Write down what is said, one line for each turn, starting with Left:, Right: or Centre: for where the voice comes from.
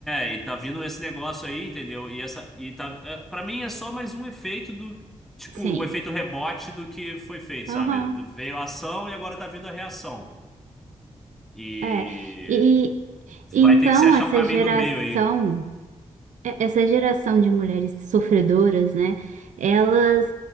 Centre: é, e tá vindo esse negócio aí, entendeu? E essa, e tá, é, para mim é só mais um efeito do, tipo,
Right: Sim.
Centre: um efeito rebote do que foi feito,
Right: Aham.
Centre: sabe? Veio a ação e agora tá vindo a reação. E
Right: É. E então
Centre: Vai ter que se achar
Right: essa
Centre: um caminho
Right: geração,
Centre: do meio aí.
Right: é- essa geração de mulheres sofredoras, né? Elas